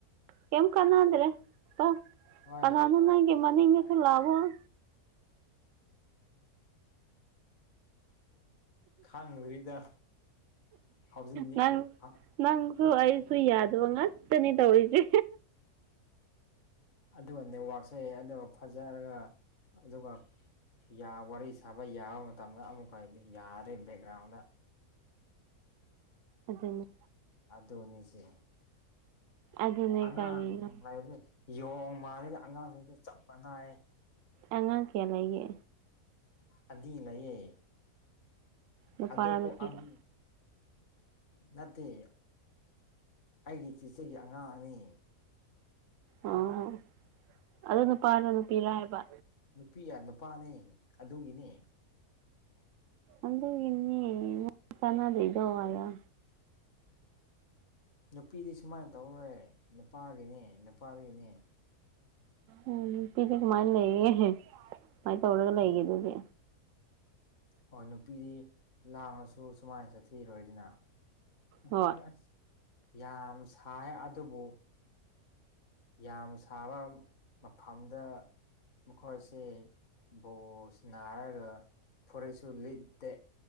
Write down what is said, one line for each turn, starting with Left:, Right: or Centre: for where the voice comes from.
Right: ꯀꯦꯝ ꯀꯥꯟꯅꯗ꯭ꯔꯦ ꯑꯣ
Left: ꯍꯣꯏ
Right: ꯀꯅꯥꯅꯣ ꯅꯣꯏꯒꯤ ꯃꯅꯤꯡꯗꯁꯨ ꯂꯥꯎꯑꯣ
Left: ꯈꯪꯗ꯭ꯔꯤꯗ ꯍꯧꯖꯤꯛꯅꯤ
Right: ꯅꯪ
Left: ꯍꯧ
Right: ꯅꯪꯁꯨ ꯑꯩꯁꯨ ꯌꯥꯗꯕ ꯉꯥꯛꯇꯅꯤ ꯇꯧꯔꯤꯁꯦ
Left: ꯑꯗꯨꯒ ꯅꯦꯠꯋꯥꯛꯁꯦ ꯑꯗꯨꯒ ꯐꯖꯔꯒ ꯑꯗꯨꯒ ꯌꯥ ꯋꯥꯔꯤ ꯁꯥꯕ ꯌꯥꯕ ꯃꯇꯝꯗ ꯑꯃꯨꯛꯀꯗꯤ ꯌꯥꯗꯦ ꯕꯦꯛꯒ꯭ꯔꯥꯎꯟꯗ
Right: ꯑꯗꯨꯅꯤ
Left: ꯑꯗꯨꯅꯤꯁꯦ
Right: ꯑꯗꯨꯅꯦ
Left: ꯑꯉꯥꯡ
Right: ꯀꯔꯤꯅꯣ
Left: ꯂꯥꯏꯔꯗꯤ ꯌꯣꯡ ꯃꯥꯜꯂꯒ ꯑꯉꯥꯡꯉꯩꯖꯦ ꯆꯞ ꯃꯥꯟꯅꯥꯏꯌꯦ
Right: ꯑꯉꯥꯡ ꯀ꯭ꯌꯥ ꯂꯩꯒꯦ
Left: ꯑꯅꯤ ꯂꯩꯌꯦ
Right: ꯅꯨꯄꯥꯔ
Left: ꯑꯗꯨ ꯀꯣ
Right: ꯅꯨꯄꯤꯔ
Left: ꯑꯪ ꯅꯠꯇꯦ ꯑꯩꯒꯤ ꯆꯤꯆꯦꯒꯤ ꯑꯉꯥꯡꯅꯦ
Right: ꯑꯣ ꯑꯗꯣ ꯅꯨꯄꯥꯔ ꯅꯨꯄꯤꯔ ꯍꯥꯏꯕ
Left: ꯅꯨꯄꯤꯌꯥ ꯅꯨꯄꯥꯅꯦ ꯑꯗꯨꯒꯤꯅꯦ
Right: ꯑꯗꯨꯒꯤꯅꯦ ꯇꯥꯅꯗ꯭ꯔꯤꯗꯣ ꯍꯥꯏꯌꯣ
Left: ꯅꯨꯄꯤꯗꯤ ꯁꯨꯃꯥꯏꯟ ꯇꯧꯔꯣꯏ ꯅꯨꯄꯥꯒꯤꯅꯦ ꯅꯨꯄꯥꯗꯨꯒꯤꯅꯦ
Right: ꯎꯝ ꯅꯨꯄꯤꯗꯤ ꯀꯃꯥꯏꯟ ꯂꯩꯉꯦꯍꯦ ꯀꯃꯥꯏ ꯇꯧꯔꯒ ꯂꯩꯒꯦ ꯑꯗꯨꯗꯤ
Left: ꯑꯣ ꯅꯨꯄꯤꯗꯤ ꯂꯥꯡꯉꯁꯨ ꯁꯨꯃꯥꯏꯟ ꯆꯠꯊꯤꯔꯣꯏꯗꯅ ꯃꯈꯣꯏꯗ
Right: ꯍꯣꯏ
Left: ꯑꯁ ꯌꯥꯝ ꯁꯥꯏꯑꯦ ꯑꯗꯨꯕꯨ ꯌꯥꯝ ꯁꯥꯕ ꯃꯐꯝꯗ ꯃꯈꯣꯏꯁꯦ ꯕꯣꯜ ꯁꯅꯥꯔꯒ ꯐꯨꯔꯤꯠꯁꯨ ꯂꯤꯠꯇꯦ